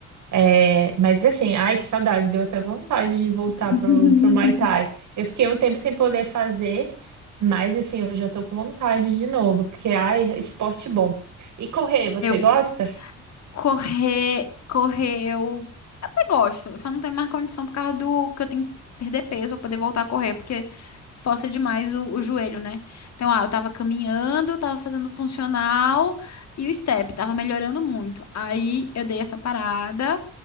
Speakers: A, on the right; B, on the left.
A: É, mas assim, ai, que saudade, deu até vontade de voltar
B: <laughs>
A: pro, pro Muay Thai. Eu fiquei um tempo sem poder fazer, mas assim, hoje eu tô com vontade de novo, porque ai, esporte bom. E correr, você
B: Eu vou-
A: gosta?
B: Correr, correr, eu até gosto. Eu só não tenho mais condição por causa do que eu tenho que perder peso pra poder voltar a correr, porque força demais o, o joelho, né? Então, ah, eu tava caminhando, tava fazendo funcional e o step tava melhorando muito. Aí eu dei essa parada